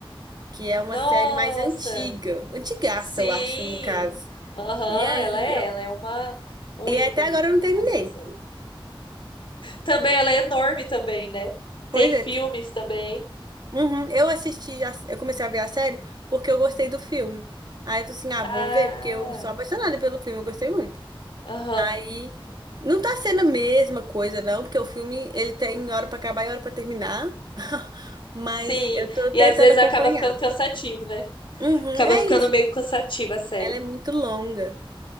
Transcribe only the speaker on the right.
que é uma
série mais antiga, antigaça,
eu acho, no caso.
E aí,
eu,
e
até agora eu não terminei.
Pois
é. te-
Uhum, eu assisti, a- eu comecei a ver a série porque eu gostei do filme. Aí eu tô assim, ah, vou
ver, porque eu sou apaixonada pelo filme, eu gostei muito.
Aí não tá sendo a mesma coisa, não, porque o filme ele tem hora pra acabar e hora pra terminar. <laughs> Mas
eu tô tentando
acompanhar.
Uhum,
é
isso.
Ela é muito longa.